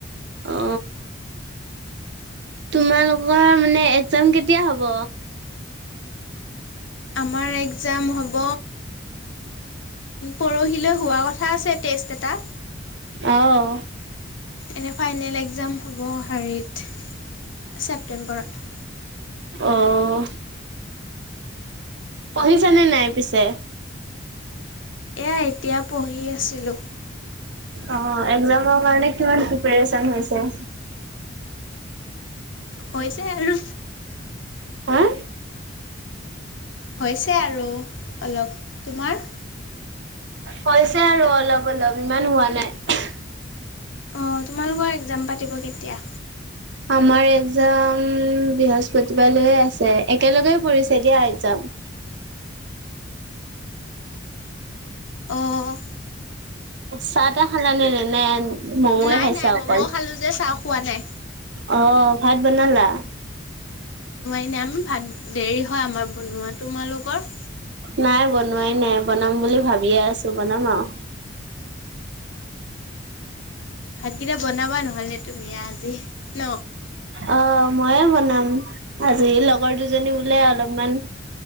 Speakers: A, on the right (about 65°); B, on the left (about 75°).
A: অ তোমালোকৰ মানে এক্জাম কেতিয়া হ'ব?
B: আমাৰ একজাম হ'ব পৰহিলৈ হোৱা কথা আছে টেষ্ট এটা
A: আহ
B: এনে ফাইনেল এক্জাম হ'ব শেৰিত ছেপটেম্বৰত?
A: আহ পঢ়িছানে নাই পিছে?
B: এয়া এতিয়া পঢ়ি আছিলোঁ?
A: অ এক্জামৰ কাৰণে কিমান প্ৰিপৰেচন হৈছে?
B: হৈছে আৰু
A: হা
B: হৈছে আৰু অলপ তোমাৰ
A: পইচা আৰু অলপ অলপ ইমান হোৱা নাই।
B: অঁ তোমালোকৰ এক্জাম পাতিব কেতিয়া?
A: আমাৰ এক্জাম বৃহস্পতিবালৈয়ে আছে। একেলগে পৰিঢ়ছে দিয়া এক্জাম।
B: অঁ
A: চাহ তাহ খালানে নে নে? ম ম য়ে
B: নাই
A: খাইছা
B: নাই
A: অকল?
B: ম'ম' খালোঁ যে চাহ খোৱা নাই
A: অ ভাত বনালা?
B: এ আমি ভাত দেৰি হয় আমাৰ বনোৱা। তোমালোকৰ?
A: নাই বনোৱাই নাই বনাম বুলি ভাবিয়ে আছোঁ, বনাম আৰু।
B: ভাতকেইটা বনাবা নহ'লে তুমিযে আজি ন।
A: অ ময়ে বনাম আজি লগৰ দুজনী বোলে, অলপমান